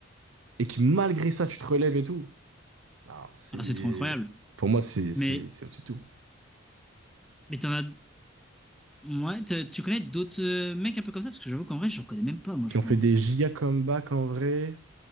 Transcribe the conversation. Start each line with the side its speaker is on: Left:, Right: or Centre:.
Right: et que malgré ça, tu te relèves et tout. Ah, c'est.
Centre: Ah, c'est trop incroyable.
Right: Pour moi, c'est c'est-
Centre: Mais,
Right: c'est au-dessus de tout.
Centre: mais t'en as. Ouais, t'as- tu connais d'autres euh, mecs un peu comme ça? Parce que j'avoue qu'en vrai, j'en connais même pas, moi,
Right: Qui
Centre: je
Right: ont
Centre: crois.
Right: fait
Centre: hein.
Right: des giga comebacks en vrai.